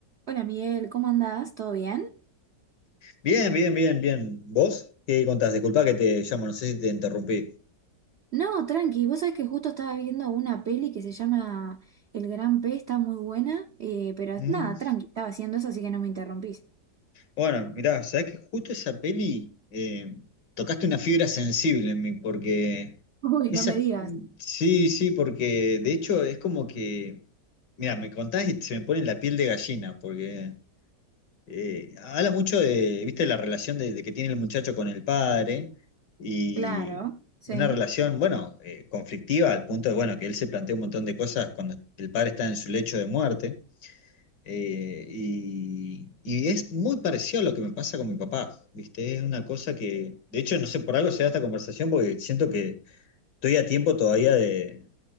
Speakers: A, on the right; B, on the left.
A: Hola Miguel, ¿cómo andás? ¿Todo bien?
B: Bien, bien, bien, bien. ¿Vos qué contás? Disculpa que te llamo, no sé si te interrumpí.
A: No, tranqui, vos sabés que justo estaba viendo una peli que se llama El Gran P, está muy buena, eh, pero
B: Mm,
A: nada, tranqui, estaba haciendo eso, así que no me interrumpís.
B: Bueno, mirá, sabés que justo esa peli eh, tocaste una fibra sensible en mí, porque
A: <laughs> Uy,
B: esa,
A: no me digas.
B: sí, sí, porque de hecho es como que, mirá, me contás y se me pone la piel de gallina, porque eh, habla mucho de, viste, la relación de, de que tiene el muchacho con el padre y
A: Claro, sí.
B: una relación, bueno, eh, conflictiva al punto de, bueno, que él se plantea un montón de cosas cuando el padre está en su lecho de muerte. eh, y, y es muy parecido a lo que me pasa con mi papá, viste, es una cosa que, de hecho, no sé, por algo se da esta conversación porque siento que estoy a tiempo todavía de...